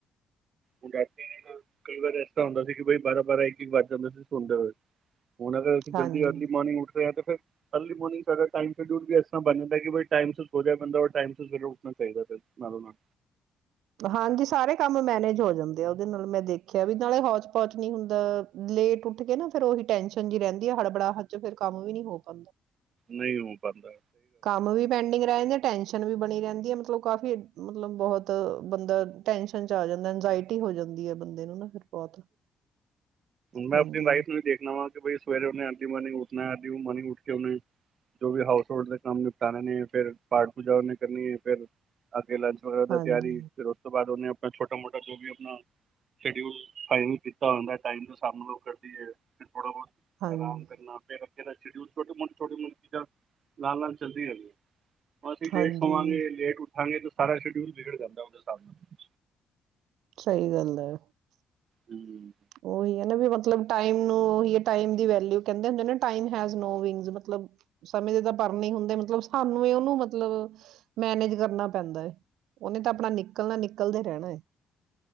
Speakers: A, on the right; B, on the right.
A: ਹੁਣ ਰਾਤੀ ਕਈ ਵਾਰ ਐਸਾ ਹੁੰਦਾ ਸੀ, ਕਿ ਬਾਈ ਬਾਰਾਂ -ਬਾਰਾਂ ਇੱਕ -ਇੱਕ ਵੱਜ ਜਾਂਦੇ ਸੀ ਸੋੰਦੇ ਹੋਏ। ਹੁਣ ਅਰ ਅਸੀ
B: ਹਾਂਜੀ
A: ਜਲਦੀ ਅਰਲੀ ਮੋਨਿੰਗ ਫਿਰ ਅਰਲੀ ਮੋਰਨਿੰਗ ਸਾਡਾ ਟਾਈਮ ਸ਼ਡਲ ਵੀ ਇਸ ਤਰ ਬਣ ਜਾਂਦਾ, ਟਾਈਮ ਹੋ ਜਾਏ ਬੰਦਾ ਟਮ ਫ ਉੱਠਣਾ ਚਾਹੀਦਾ ਫਿਰ ਨਾਲੋਂ ਨਾਲ
B: ਹਾਂਜੀ, ਸਾਰੇ ਕੰਮ ਮੈਨੇਜ ਹੋ ਜਾਂਦੇ ਆ, ਉਹਦੇ ਨਾਲ ਮੇਰੇ ਦੇਖਿਆ ਵੀ ਨਾਲੇ ਹੌਚ -ਪੌਚ ਨੀ ਹੁੰਦਾ ਲੇਟ ਉੱਠ ਕੇ ਨਾ ਫਿਰ ਉਹੀ ਟੈਂਨਸ਼ਨ ਜੀ ਰਹਿੰਦੀ ਆ, ਹੜਬੜਾ ਚ ਫੇਰ ਕੰਮ ਵੀ ਨਹੀਂ ਹੋ ਪਾਉਂਦਾ।
A: ਨਹੀਂ ਹੋ ਪਾੰਦਾ।
B: ਕੰਮ ਵੀ ਪੈਂਡਿੰਗ ਰਹਿੰਦੇ ਟੈਂਸ਼ਨ ਵੀ ਬਣੀ ਰਹਿੰਦੀ ਹੈ, ਮਤਲਬ ਕਾਫੀ ਮਤਲਬ ਬਹੁਤ ਬੰਦਾ ਟੈਸ਼ਨ ਚ ਆ ਜਾਂਦਾ ਇੰਜਾਇਟੀ ਹੋ ਜਾਂਦੀ ਹੈ। ਬੰਦੇ ਨੂੰ ਨਾ ਫਿਰ ਬਹੁਤ
A: ਮੈਂ
B: ਹਾਂਜੀ,
A: ਆਪਣੀ ਲਾਈਫ ਨੂੰ ਵੀ ਦੇਖਣਾ, ਹ ਕਿ ਬ ਸਵੇਰੇ ਉਹਨੇ ਅਰਲੀ ਮਾਰਨਿੰਗ ਉੱਠਨਾ ਐ। ਮਨੀ ਉੱਠ ਕੇ ਉਹਨੇ ਜੋ ਵੀ ਹਾਊਸ ਹੋਲਡ ਦੇ ਕੰਮ ਨਿਪਟਾਣੇ ਨੇ ਫਿਰ ਪਾਠ ਪੂਜਾ ਉਹਨੇ ਕਰਨੀ ਹੈ, ਫਿਰ ਲੰਚ ਵਗੈਰਾ ਦਾ
B: ਹਾਂਜੀ,
A: ਤਿਆਰੀ, ਫਿਰ ਉਸ ਤੋਂ ਬਾਅਦ ਉਹਨੇ ਛੋਟਾ -ਮੋਟਾ ਜੋ ਵੀ ਆਪਣਾ ਸ਼ਡਿਊਲ ਫਾਈਨਲ ਕੀਤਾ ਹੁੰਦਾ, ਟਾਇਮ ਦਾ ਸਾਹਬ ਕਰਦੀ ਹੈ। ਥੋੜਾ ਬਹੁਤ
B: ਹਾਂਜੀ,
A: ਆਰਾਮ ਕਰਨਾ ਫਿਰ ਜਿਹੜ ਸ਼ਊ ਛੋਟੇ ਮੋਟ ਛੋਟਟੀ ਮੋ ਚੀਜ਼ਾਂ ਲਾਲ ਲਾਲ ਚੱਲਦੀ ਰਈ <inaudible> ਮ ਡੇਟ
B: ਹਾਂਜੀ
A: ਸੋਾਂ ਲੇਟ ਉ <inaudible> ਸਾਰਾ ਸ਼ਡਿਊਲ ਵਿਗੜ ਜਾਂਦਾ, ਉਹਦੇ ਹਿਸਾਬ ਨਾਲ।
B: ਸਹੀ ਗੱਲ ਹੈ
A: ਹਮ,
B: ਉਹੀ ਹੈ ਨਾ ਵੀ ਮਤਲਬ ਟਾਈਮ ਨ ਉਹੀ ਟਮ ਦੀ ਵੈਲਊ ਕਹਿੰਦੇ ਹੁੰ ਨਾ ਟਮ ਹੈਜ ਨੋ ਵਿੰਗ ਮਤਲਬ ਸਮੇਂ ਦੇ ਤਾਂ ਪਰ ਨਹੀਂ ਹੁੰਦੇ ਮਤਲਬ ਸਾਨੂੰ ਉਹਨੂੰ ਮਤਲਬ ਮੈਨੇਜ ਕਰਨਾ ਪੈਂਦਾ ਹੈ ਉਹਨੇ ਤਾਂ ਆਪਣਾ ਨਿਕਲਣਾ ਨਿਕਲਦੇ ਰਹਿਣਾ ਹੈ